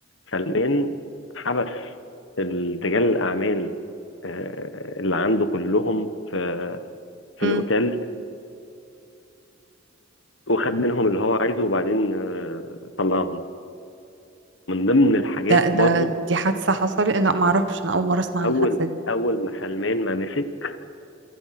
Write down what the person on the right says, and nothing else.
امم
ده ده
دي حادثة حصلت لا ما اعرفش انا اول مرة اسمع عن
الحادثة دي